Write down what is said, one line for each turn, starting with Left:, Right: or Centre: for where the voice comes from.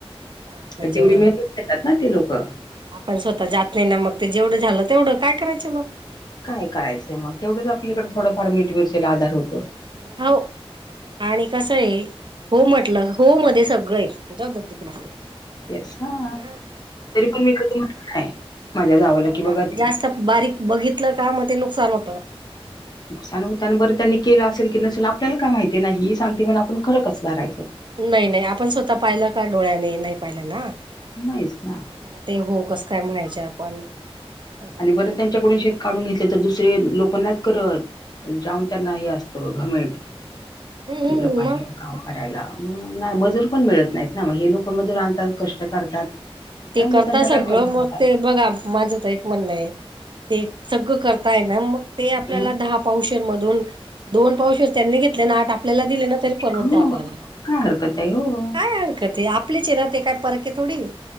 Right: ना
Left: पण
Right: जेवढं
Left: तेवढी मेहनत घेतात ना ती लोक.
Right: आपण स्वतः जात नाही ना मग ते जेवढं झालं तेवढं काय करायचं मग.
Left: काय करायचंय मग, तेवढंच आपल्याकडे थोडंफार मिठ मिरचेला आधार होतो.
Right: हाव, आणि कस ये हो म्हटलं हो मध्ये सगळं ये, जाऊद्या तिकड,
Left: येस हा
Right: ह.
Left: तरी पण मी कधी म्हणत नाही माझ्या जावाला
Right: हो
Left: की बघा
Right: ना,
Left: ते
Right: जास्त बारीक बघितलं का मग ते नुकसान होतं.
Left: नुकसान होत आणि बरं त्यांनी केलं असेल की नसेल आपल्याला काय माहिती ना ही सांगते म्हण आपण खरं कस धरायचं?
Right: नाही नाही आपण स्वत पाहिलं का डोळ्याने नाही पाहिलं ना,
Left: नाहीच ना
Right: मग ते हो कस काय म्हणायच आपण. हम्म
Left: बर त्यांच्याकडून शेत काढून घेतले तर दुसरे लोक नाय करत जाम त्यांना हे असत. तव घमेंड कि
Right: हम्म
Left: लोकांच्या
Right: मग
Left: इथं काम करायला, मग नाही मजूर पण मिळत नाहीत ना, मग हे लोक मजूर आणतात कष्ट करतात.
Right: ते
Left: जाऊदे
Right: करता
Left: त्यांच्या
Right: सगळं
Left: कष्टाचं
Right: मग
Left: खातात
Right: ते बघा माझं ते म्हण आहे, ते सगळ करताय ना मग ते आपल्याला
Left: हं,
Right: दहा पावशेर मधून दोन पावशेर त्यांनी घेतले अन आठ आपल्याला दिले ना तरी परवडत
Left: हो
Right: आपल्याला,
Left: काय हरकत आहे हो
Right: काय हरकत आहे? आपलेच आहे ना ते काय परके थोडी ये.